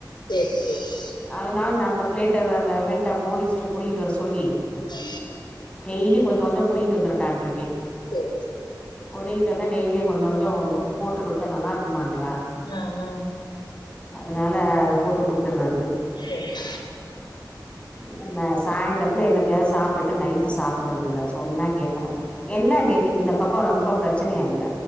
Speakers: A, on the left (about 85°); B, on the left (about 15°).
A: சேரி சேரி
B: அதனால நா அந்த பிளேட் ட அந்த வெண்ட மோனிஸ்ட புடிங்கிட்டு வர சொல்லி
A: ஆ
B: டெய்லி கொஞ்ச கொஞ்சோ புடுங்கிட்டு வந்துருண்டான் இருக்கே
A: சேரி சேர்
B: புடுங்கிப் ட்டு வந்தா டெய்லியு கொஞ்ச கொஞ்சோ போட்டு குடுத்த நல்லாருக்குமான்றா
A: அ அ
B: அதனால அத போட்டு குடுத்தறது
A: சேரி
B: என்ன இந்த சாய்ந்தர த்துல என்னத்தயாவது சாப்டுட்டு நைட்டு சாப்புறதில்ல சொன்னா கே க்க மாய் என்ன நேத்திக்கு இந்த பக் ரொம்ப பேச பிரச்சனையாம்ல